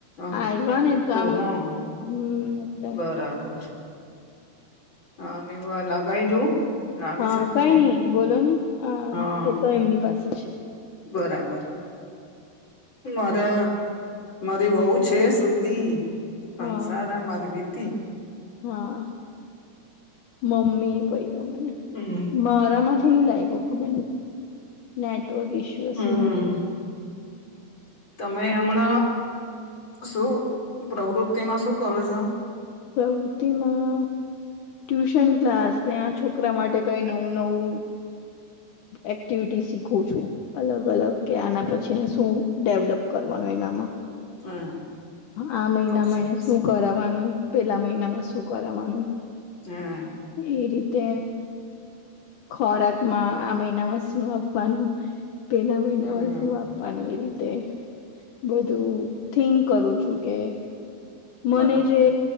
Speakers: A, on the left (about 25°); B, on the left (about 65°).
A: હ
B: આવવાને તો
A: સોહમ
B: આમ હમ્મ એટલે
A: <unintelligible> હા હવે આ લગાઈ જોવું. લાગે
B: હા
A: છે કે
B: કઈ
A: નહી
B: નઈ બોલો ને
A: હા
B: એ તો એમની પાસે છે
A: બરાબર મારા મારી વહુ છે, શ્રુતિ કંસારા
B: હા
A: મારી વીતી
B: હા મમ્મી એ કઈ રહ્યો મને
A: હમ્મ
B: મારામાંથી નઈ લાઈકો ઓ ખબર નય નેટવર્ક ઇસ્યુ
A: હમ્મ
B: હશે મે બી
A: તમે હમણાં શું પ્રવૃતિમાં શું કરો છો?
B: પ્રવૃતિમાં ટ્યુશન ક્લાસ, ને આ છોકરા માટે કઈ નવું નવું એક્ટિવિટી શીખું છું. અલગ અલગ કે આના પછીને શું ડેવલપ કરવાનું એનામાં
A: હમ
B: આ મહિનામા
A: ખુબ સરસ
B: એને શું કરાવાનું. પેલા મહિનામાં શું કરાવા નું,
A: હા હા
B: ઈ રીતે ખોરાકમાં આ મહિનામાં શું આપવાનું પેલા મહિનામાં
A: હમ
B: શું આપવાનું એ રીતે તે બધું થિંક કરું છું કે મને
A: બરાબર
B: જે